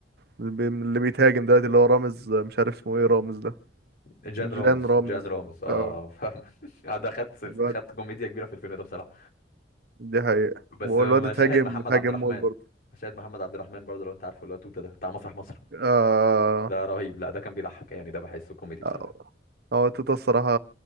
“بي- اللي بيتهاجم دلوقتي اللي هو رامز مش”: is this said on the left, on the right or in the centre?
Right